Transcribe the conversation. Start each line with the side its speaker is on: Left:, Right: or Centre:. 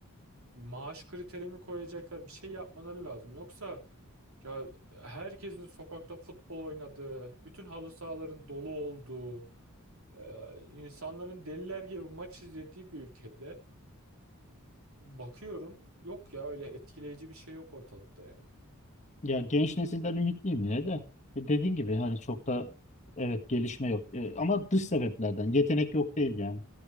Right: maaş kriteri mi koyacaklar, bir şey yapmaları lazım. Yoksa ya herkesin sokakta futbol oynadığı, bütün halı sahaların dolu olduğu, e, insanların deliler gibi maç izlediği bir ülkede Bakıyorum yok ya öyle etkileyici bir şey yok ortalıkta yani.
Left: Ya genç nesilden ümitliyim yine de. E, Dediğin gibi hani çok da evet gelişme yok. E, ama dış sebeplerden. Yetenek yok değil yani.